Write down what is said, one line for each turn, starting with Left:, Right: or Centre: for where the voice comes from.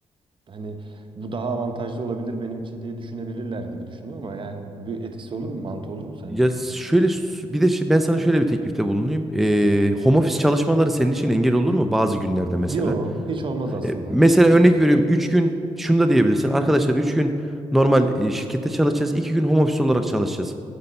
Right: hani bu daha avantajlı olabilir benim için diye düşünebilirler gibi düşündüm ama yani bir etkisi olur mu, mantı olur mu sence?
Centre: Ya şöyle s- bir de şi- ben sana şöyle bir teklifte bulunayım. Ee, home office çalışmaları senin için engel olur mu bazı günlerde mesela?
Right: Yo, hiç olmaz aslında.
Centre: E, mesela örnek veriyorum 3 gün şunu da diyebilirsin. Arkadaşlar 3 gün normal e, şirkette çalışacağız. iki gün home office olarak çalışacağız.